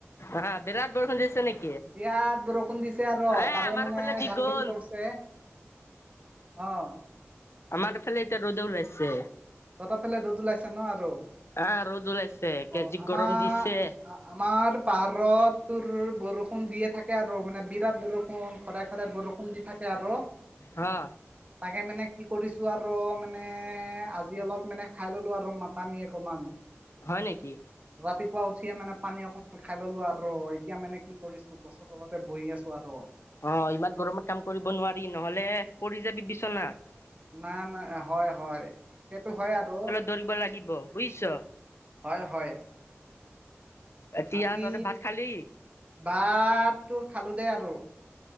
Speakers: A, on the left; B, on the right.
A: অ বিৰাট বৰষুণ দিছে নেকি?
B: বিয়াত বৰষুণ দিছে আৰু
A: এ
B: তাৰে
A: আমাৰ
B: মানে
A: ফালে দি
B: ধান
A: গ'ল
B: খেতি কৰিছে। অৱ।
A: আমাৰ ফালে এতিয়া ৰ'দে ওলাইছে।
B: তহঁতৰ ফালে ৰ'দ ওলাইছে ন আৰু,
A: আহ ৰ'দ ওলাইছে কেজি
B: অ আমাৰ
A: গৰম দিছে
B: আমাৰ পাহাৰত তোৰ বৰষুণ দিয়ে থাকে। থাকে আৰু মানে বিৰাট বৰষুণ সদায় সদায় বৰষুণ দি থাকে আৰু
A: হা
B: তাকে মানে কি কৰিছো আৰু মানে আজি অলপ মানে খাই ললো আৰু মাটানী অকমান।
A: হয় নেকি।
B: ৰাতিপুৱা উঠিয়ে মানে পানী অকমান খাই ললো আৰু এতিয়া মানে কি কৰিছো। গছৰ তলতে বহি আছোঁ আৰু।
A: অ ইমান গৰমত কাম কৰিব নোৱাৰি নহ'লে পৰি যাবি বিচনাত।
B: না না হয় হয় সেইটো হয় আৰু।
A: ধৰিব লাগিব বুজিছ।
B: হয় হয়।
A: এতিয়া
B: আজি
A: তহঁতে ভাত খালি
B: ভাতটো খালো দেই আৰু।